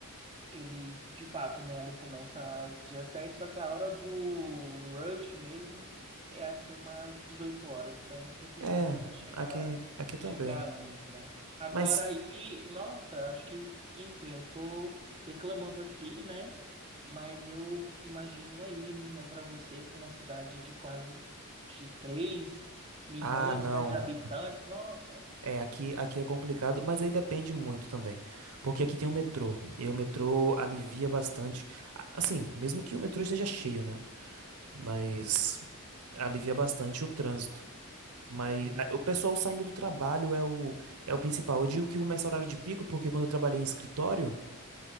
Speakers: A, on the right; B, on the right.
A: ele de fato, né, ele começa às 17, só que a hora do rush mesmo é aqui umas 18 horas, então eu sempre
B: É,
A: tento, né, chegar
B: aqui, aqui
A: chegar
B: também.
A: antes, né? Agora
B: Mas,
A: aí, nossa, acho que, enfim, eu tô reclamando aqui, né? Mas eu imagino aí, né, para você com uma cidade de quase de três milhões,
B: ah, não.
A: né, de habitantes, nossa,
B: É, aqui, aqui é complicado, mas aí depende muito também. Porque aqui tem o metrô, e o metrô alivia bastante. a- Assim, mesmo que o metrô esteja cheio, né? Mas alivia bastante o trânsito. Mas
A: hum,
B: a- o pessoal saindo do trabalho é o, é o principal. Eu digo que começa o horário de pico, porque quando eu trabalhei em escritório,